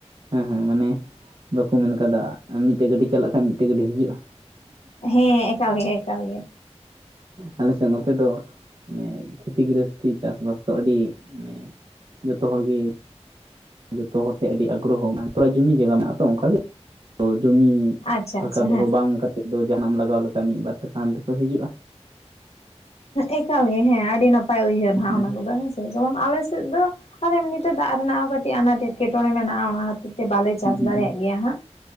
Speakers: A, on the right; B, on the left.
A: ᱦᱮᱸ ᱦᱮᱸ ᱢᱟᱱᱮ ᱵᱟᱠᱚ ᱢᱮᱱ ᱟᱠᱟᱫᱟ ᱢᱤᱫᱴᱮᱡ ᱜᱟᱹᱰᱤ ᱪᱟᱞᱟᱜ ᱠᱷᱟᱱ ᱢᱤᱫᱴᱮᱡ ᱜᱟᱹᱰᱤ ᱦᱤᱡᱩᱜᱼᱟ᱾
B: ᱦᱮᱸ ᱮᱠᱟᱞ ᱜᱮ ᱮᱠᱟᱞ ᱜᱮ
A: ᱟᱞᱮ ᱥᱮᱫ ᱱᱚᱛᱮ ᱫᱚ ᱚᱱᱮ ᱠᱷᱮᱛᱤ ᱜᱨᱚᱦᱚᱥᱛᱤ ᱪᱟᱥᱵᱟᱥ ᱫᱚ ᱟᱹᱰᱤ ᱢᱟᱱᱮ ᱡᱚᱛᱚ ᱦᱚᱲ ᱜᱤ᱾ ᱡᱚᱛᱚ ᱦᱚᱲ ᱴᱷᱮᱱ ᱟᱹᱰᱤ ᱟᱜᱽᱨᱚᱦᱚ ᱢᱮᱱᱟᱜᱼᱟ, ᱛᱷᱚᱲᱟ ᱡᱩᱢᱤ ᱡᱟᱭᱜᱟ ᱢᱮᱱᱟᱜᱼᱟ ᱛᱚ ᱚᱱᱠᱟᱜᱮ ᱛᱚ ᱡᱩᱢᱤ
B: ᱟᱪᱪᱷᱟ
A: ᱯᱷᱟᱸᱠᱟ
B: ᱟᱪᱪᱷᱟ
A: ᱫᱚᱦᱚ
B: ᱦᱮᱸ
A: ᱵᱟᱝ ᱠᱟᱛᱮᱫ ᱫᱚ ᱡᱟᱦᱟᱱᱟᱜ ᱮᱢ ᱞᱟᱜᱟᱣ ᱞᱮᱠᱷᱟᱡ ᱢᱤᱫ ᱵᱟᱨ ᱴᱟᱠᱟ ᱦᱟᱱᱛᱮ ᱠᱷᱚᱱ ᱦᱤᱡᱩᱜᱼᱟ᱾
B: ᱮᱠᱟᱞ ᱜᱮ ᱦᱮᱸ ᱟᱹᱰᱤ ᱱᱟᱯᱟᱭ, ᱩᱭᱦᱟᱹᱨ ᱦᱟᱸᱜ
A: ᱦᱩᱸ
B: ᱚᱱᱟ ᱠᱚᱫᱚ ᱡᱮᱢᱚᱱ ᱟᱞᱮ ᱥᱮᱫ ᱫᱚ, ᱟᱨ ᱮᱢᱱᱤᱛᱮ ᱫᱟᱜ ᱨᱮᱱᱟᱜ ᱦᱚᱸ ᱠᱟᱹᱴᱤᱡ ᱟᱱᱟᱴ ᱮᱴᱠᱮᱴᱚᱬᱮ ᱢᱮᱱᱟᱜᱼᱟ ᱚᱱᱟᱼᱼ ᱠᱷᱟᱹᱛᱤᱨ ᱛᱮ ᱵᱟᱞᱮ ᱪᱟᱥ
A: ᱦᱩᱸ ᱦᱩᱸ
B: ᱫᱟᱲᱮᱭᱟᱜ ᱜᱮᱭᱟ ᱦᱟᱸᱜ